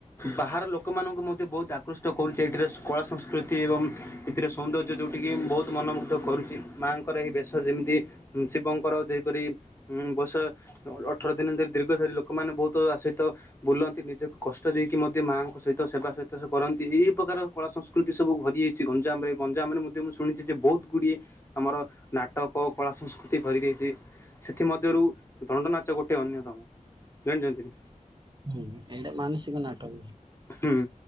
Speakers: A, on the left; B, on the right.
A: ବାହାର ଲୋକ ଲୋକମାନଙ୍କୁ ମଧ୍ୟ ବହୁତ ଆକୃଷ୍ଟ କରୁଛି ଏଠିରେ କଳା ସଂସ୍କୃତି ଏବଂ ଏଥିରେ ସୌନ୍ଦର୍ଯ୍ୟ ଯେଉ ଟିକି ବହୁତ ମନମୁଗ୍ଧ କରୁଛି ମାଆଙ୍କର ଏହି ବେଶ ଯେମିତି ଉଁ ଶିବଙ୍କର ଯେପରି ଉଁ ବର୍ଷ ଅଠର ଦିନ ଧରି ଦୀର୍ଘ ଧରି ଲୋକମାନେ ବହୁତ ଆ ସହିତ ବୁଲନ୍ତି ନିଜକୁ କଷ୍ଟ ଦେଇକି ମ ମାଆଙ୍କ ସହିତ ସେବା ସହିତ ସେ କରନ୍ତି ଏଇ ପ୍ରକାର କଳା ସଂସ୍କୃତି ସବୁ ଭରିଯାଇଛି ଗଞ୍ଜାମରେ ଗଞ୍ଜାମରେ ମୁ ମୁଁ ଶୁଣିଛି ଯେ ବହୁତ ଗୁଡ଼ିଏ ଆମର ନାଟକ କଳା ସଂସ୍କୃତି ଭରିି ରହିଛି ସେଥିମଧ୍ୟରୁ ରୁ ଦଣ୍ଡ ନାଚ ଗୋଟେ ଅନ୍ୟତମ <unintelligible> ଜାଣିଥିବେ
B: ହୁଁ ଏଇଟା ମାନସିକ ନାଟକ।
A: ହୁଁ